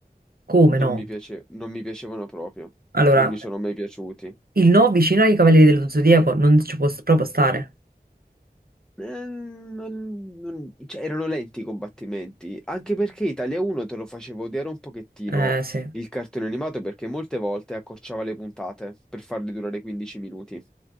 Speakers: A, on the right; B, in the centre.
A: Come
B: non
A: no?
B: mi piace- non mi piacevano proprio.
A: Allora,
B: Non mi sono mai piaciuti.
A: il no vicino ai Cavalieri dello Zodiaco non ci può s- proprio stare.
B: Eh, non- non- cioè, erano lenti i combattimenti, anche perché Italia 1 te lo faceva odiare un pochettino
A: Eh, sì.
B: il cartone animato perché molte volte accorciava le puntate per farle durare 15 minuti. Non